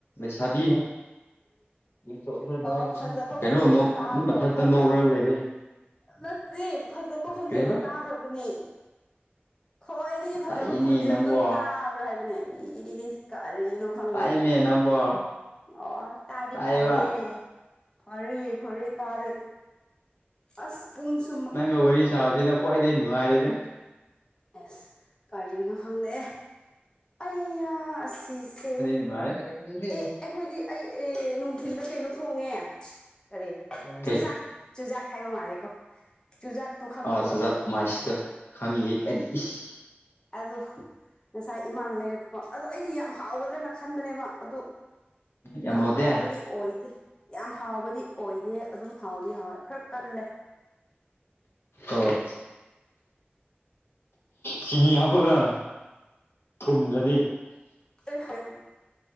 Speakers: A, on the left; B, on the left.
A: ꯆꯕꯤ ꯀ
B: ꯑꯣ ꯐꯖꯕ
A: ꯀꯩꯅꯣ
B: ꯈꯣꯟꯖꯦꯜꯗꯣ ꯇꯥꯕ꯭ꯔꯣ
A: ꯑꯗꯨꯝ ꯃꯊꯛꯇ
B: ꯐꯖꯕ
A: ꯅꯣꯛꯔꯒ ꯂꯩꯔꯦ
B: ꯅꯠꯇꯦ ꯐꯖꯕ ꯈꯣꯟꯁꯦ
A: ꯀꯔꯤꯕ
B: ꯑꯗꯨ ꯇꯥꯕ꯭ꯔꯕꯅꯦ ꯈ꯭ꯋꯥꯏꯗꯒꯤ ꯐꯖꯕ
A: ꯇꯥꯛꯏꯅꯦ
B: ꯈꯣꯟꯖꯦꯜꯗꯨꯣ
A: ꯅꯪꯕꯣ
B: ꯇꯥꯕ꯭ꯔꯥ ꯍꯥꯏꯕꯅꯦ ꯏꯁ ꯀꯔꯤꯅꯣ ꯣ ꯈꯪꯗꯦ
A: ꯇꯥꯛꯏꯃꯦ ꯅꯪꯕꯣ
B: ꯑꯣ ꯇꯥꯗꯤ
A: ꯇꯥꯛꯑꯦꯕ
B: ꯐꯔꯦ ꯐꯔꯦ ꯐꯔꯦ ꯇꯥꯔꯗꯤ ꯑꯁ ꯄꯨꯡꯨꯡꯁꯨ
A: ꯅꯪ ꯋꯥꯔꯤꯔꯤ ꯁꯥꯎꯗꯅ ꯀꯣꯏꯗꯦ ꯅꯨꯅꯨꯡꯉꯔꯦꯗ
B: ꯑꯦꯁ ꯀꯔꯤꯅꯣ ꯈꯪꯗꯦ ꯑꯩꯅ ꯑꯁꯤꯁꯦ
A: ꯃꯥꯦ
B: ꯑꯦ ꯑꯩꯈꯣꯏꯗꯤ ꯑꯩ ꯑꯦ ꯅꯨꯡꯊꯤꯤꯟꯗ ꯀꯩꯅꯣ ꯊꯣꯡꯉꯦ ꯀꯔꯤ
A: ꯀꯩ
B: ꯆꯨꯖꯥꯛ ꯆꯨꯖꯥꯛ ꯍꯥꯏꯕ ꯃꯥꯜꯂꯦꯀꯣ ꯆꯨꯖꯥꯛꯇꯣ ꯈꯪꯕ꯭ꯔꯣ
A: ꯑꯖ ꯃꯥꯁꯤꯇ ꯈꯪꯉꯤꯍꯦ ꯍꯥꯏꯗꯤ ꯏꯁ
B: ꯑꯗ ꯉꯁꯥꯏ ꯏꯃꯥꯅ ꯂꯩꯔꯛꯄꯣ ꯑꯗꯣ ꯑꯩꯗꯤ ꯌꯥꯝ ꯍꯥꯎꯒꯗ꯭ꯔꯅ ꯈꯟꯕꯅꯦꯕ ꯑꯗꯨ
A: ꯌꯥꯝꯃꯗꯌꯥ
B: ꯌꯥꯝ ꯍꯥꯎꯕꯗꯤ ꯑꯣꯏꯗꯦ ꯌꯥꯝ ꯍꯥꯎꯕꯗꯤ ꯑꯣꯏꯗꯦ ꯑꯗꯨꯝ ꯍꯥꯎꯗꯤ ꯍꯥꯎꯋꯦ ꯈꯔ ꯀꯜꯂꯦ
A: ꯑꯣ ꯆꯤꯅꯤ ꯍꯥꯞꯄꯅ ꯊꯨꯝꯗ꯭ꯔꯗꯤ
B: ꯑꯩ